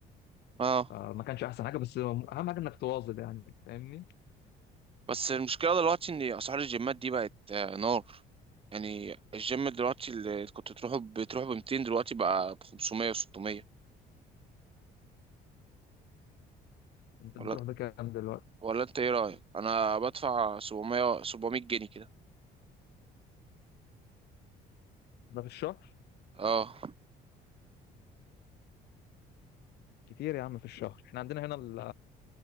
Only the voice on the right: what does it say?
اه
بس المشكلة دلوقتي إن أسعار الجيمات دي بقت آه نار يعني الجيم دلوقتي اللي كنت تروحه بتروح ب 200 دلوقتي بقى ب 500 و600
ولا
ولا انت ايه رأيك انا بدفع 700 700 جنيه كده
اه